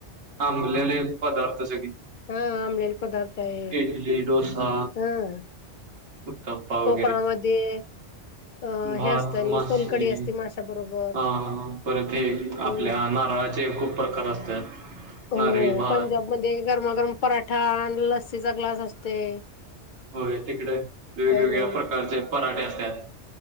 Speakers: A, on the right; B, on the left.
A: आंमलेले पदार्थ साठी
B: हा आंमलेल पदार्थ. आहे
A: इडली, डोसा,
B: हा
A: उत्ताप्पा
B: कोकणामध्ये
A: वगैरे
B: अ
A: भात
B: हे असतं आणि
A: मासे
B: सोलकडी असते माश्या बरोबर
A: आम परत एक
B: हम्म
A: आपल्या नारळाचे खूप प्रकार असतात.
B: हो
A: नारळी भात
B: पंजाबमध्ये गरमागरम पराठा आणि लस्सीचा ग्लास असतय.
A: होय तिकडे वेगवेगळ्या
B: नाही
A: प्रकारचे पराठे असतात.